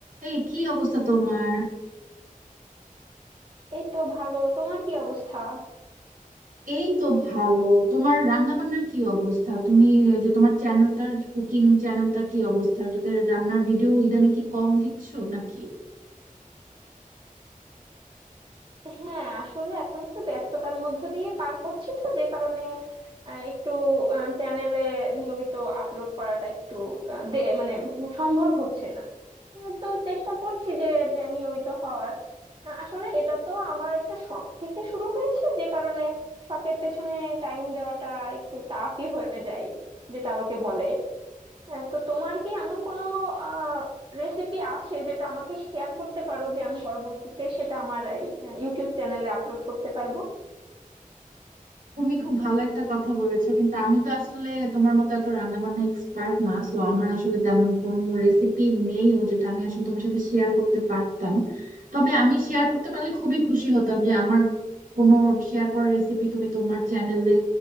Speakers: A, on the right; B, on the right.
A: এই কি অবস্থা তোমার
B: এই তো ভালো তোমার কি অবস্থা
A: এই তো ভালো তোমার রান্না বান্নার কি অবস্থা তুমি ওই যে তোমার চ্যানেলটার কুকিং চ্যানেলটার কি অবস্থা ওটাতে রান্নার ভিডিও ইদানিং কি কম দিচ্ছ নাকি
B: হ্যাঁ আসলে এখন একটু ব্যস্ততার মধ্য দিয়ে পার করছি তো যে কারণে আহ, একটু চ্যানেলে নিয়মিত আপলোড করাটা একটু আহ, দে মানে সম্ভব হচ্ছে না আহ, তো চেষ্টা করছি যে নে- নিয়মিত হওয়ার আহ, আসলে এটা তো আমার একটা শখ থেকে শুরু হয়েছে যে কারণে শখের পেছনে টাইম দেওয়াটা একটু টাফই হয়ে যায় যেটা লোকে বলে হ্যাঁ তো তোমার কি এমন কোনো আহ রেসিপি আছে যেটা আমাকে শেয়ার করতে পারো যে আমি পরবর্তীতে সেটা আমার ইউটিউব চ্যানেলে আপলোড করতে পারবো
A: তুমি খুব ভালো একটা কথা বলেছো কিন্তু আমি তো আসলে তোমার মতো এত রান্না বান্না এক্সপার্ট না সো আমার আসলে তেমন কোনো রেসিপি নেইও যেটা আমি আসলে তোমার সাথে শেয়ার করতে পারতাম তবে আমি শেয়ার করতে পারলে খুবই খুশি হতাম যে আমার কোনো শেয়ার করা রেসিপি তুমি তোমার চ্যানেলে